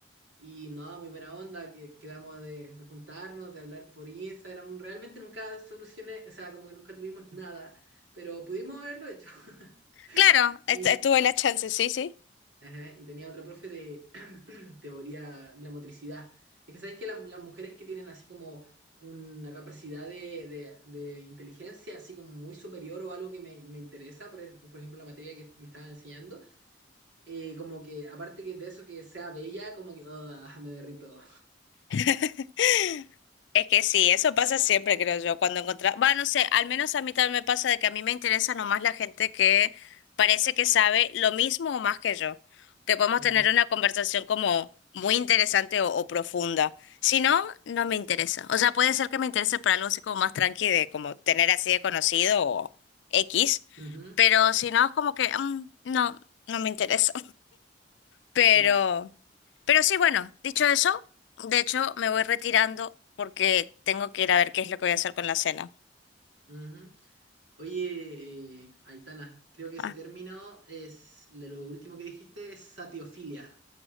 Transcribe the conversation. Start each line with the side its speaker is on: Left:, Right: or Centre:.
Right: Y no, muy buena onda, que quedamos de, de juntarnos, de hablar por Instagram. Realmente nunca solucioné, o sea, como que nunca tuvimos <laughs> nada, pero pudimos haberlo hecho. <laughs>
Left: Claro. est-
Right: Y,
Left: estuve la chance, sí, sí.
Right: Ajá, y tenía otra profe de <clears throat> teoría de la motricidad. Es que sabéis que las las mujeres que tienen así como una capacidad de, de- de inteligencia así como muy superior o algo que me, me interesa, por, ej- por ejemplo la materia que me estaba enseñando, eh, como que aparte que de eso que sea bella, como que ah, me derrito.
Left: <laughs> Es que sí, eso pasa siempre, creo yo, cuando encontrás, va, no sé, al menos a mí también me pasa de que a mí me interesa nomás la gente que parece que sabe lo mismo o más que yo, que podemos
Right: Ujú,
Left: tener una conversación como muy interesante o, o profunda. Si no, no me interesa. O sea, puede ser que me interese por algo así como más tranqui de como tener así de conocido o X,
Right: ujú,
Left: pero si no, es como que mm, no, no me interesa. Pero,
Right: sí.
Left: pero sí, bueno, dicho eso, de hecho me voy retirando porque tengo que ir a ver qué es lo que voy a hacer con la cena.
Right: ujú. Oye, eh, Aitana, creo que ese
Left: Ah,
Right: término es de lo último que dijiste, es sapiofilia.